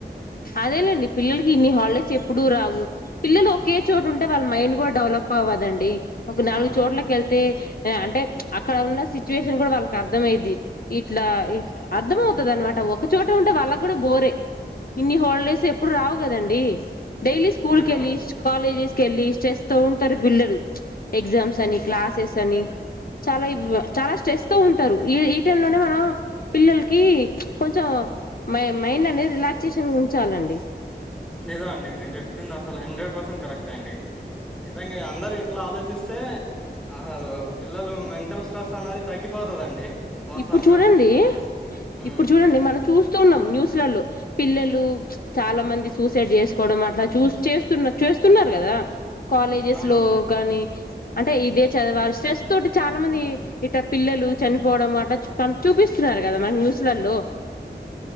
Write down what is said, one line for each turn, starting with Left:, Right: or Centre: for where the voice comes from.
Left: అదేలేండి పిల్లలకి ఇన్ని హాలిడేస్ ఎప్పుడు రావు పిల్లలు ఒకే
Centre: హ్మ్.
Left: చోటుంటే వాళ్ళ మైండ్ కూడా డవల్ పవదండి ఒక నాలుగు
Centre: అవునండి
Left: చోట్లకెళ్తే అంటే అక్కడ ఉన్న సిచ్యువేషన్ కూడా వాళ్ళకి అర్థం అయిద్ది ఇట్లా అర్ధం అవుతది అనమాట ఒక చోట ఉంటే వాళ్ళకు కూడా బోరే ఇన్ని హాలిడేస్
Centre: ని
Left: ఎప్పుడు రావు కదండి డైలీ స్కూల్
Centre: నిజమండి
Left: కేల్లీస్ కాలేజీస్ ళ్ళి స్ట్రెస్ తో ఉంటారు పిల్లలు ఎగ్జామ్స్ అని క్లాసెస్ అని చాలా ఇ చాలా స్ట్రెస్ తో ఉంటారు ఈ ఈ టై లోనే మనం పిల్లలకి కొంచెం మై మైండ్ అనే రిలాక్సేషన్ ఉంచాలండి
Centre: నిజమండి మీరు చెప్పింది అస్ అసలు హండ్రెడ్ పర్సెంట్ కరెక్టే అండి నిజంగా అందరు ఇట్లా ఆలోచిస్తే అసలు పిల్లలు మెంటల్ స్ట్రెస్ అనేది తగ్గిపోతదండి వాస్తవంగా
Left: ఇప్పుడు చూడండి
Centre: హ్మ్.
Left: ఇప్పుడు చూడండి. మనం చూస్ చూస్తున్నాం న్యూస్లలో పిల్లలు చాలా మంది. సూసైడ్ చేసుకోవడం అట్లా చూ చేస్తున్న చేస్తున్నారు కదా. కాలేజెస్
Centre: అవునండి
Left: లో గాని అంటే ఇదే చదివాలి స్ట్రెస్ తోటి చాలా మంది. ఇటా పిల్లలు చన్ పోవడం అట పం చూపిస్తున్నారు. కదా మనాక్ న్యూస్ ల్లలో